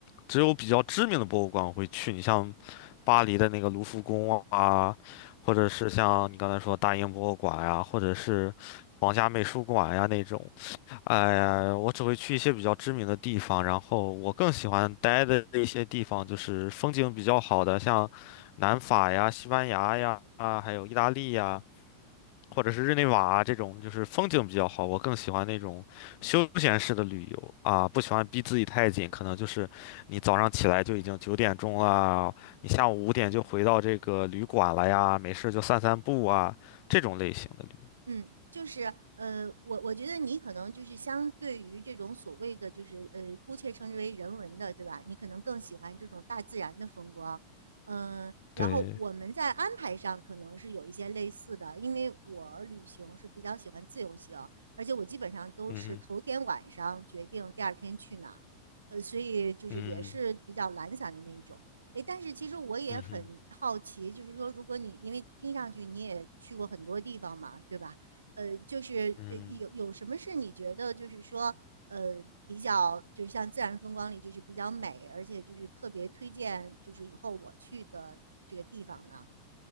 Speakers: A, on the left; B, on the right.
A: 只有比较知名的博物馆我会去，你像巴黎的那个卢浮宫啊，或者是像你刚才说大英博物馆呀、或者是皇家美术馆呀、那种。哎呀，我只会去一些比较知名的地方，然后我更喜欢待的一些地方就是风景比较好的，像南法呀、西班牙呀，啊，还有意大利呀，或者是日内瓦啊这种，就是风景比较好。我更喜欢那种休闲式的旅游啊，不喜欢逼自己太紧，可能就是你早上起来就已经九点钟了，你下午五点就回到这个旅馆了呀，没事就散散步啊，这种类型的旅游
B: 嗯，就是呃，我我觉得你可能就是相对于这种所谓的就是呃，姑且称之为人文的，对吧？你可能更喜欢这种大自然的风光，嗯、然后我们在安排上可能是有一些类似的，
A: 对，
B: 因为我旅行是比较喜欢自由行，而且我基本上都是头天晚上决定第二天去哪儿，
A: 嗯哼
B: 呃，所以就是也是比较懒散的那一种。
A: 嗯
B: 诶，但是其实我也很好奇，
A: 嗯哼
B: 就是说，如果你因为听上去你也去过很多地方嘛，对吧？呃，就是呃有有什么是你觉得就是说呃比较，
A: 嗯。
B: 就像自然风光里就是比较美，而且就是特别推荐，就是以后我去的这个地方呢？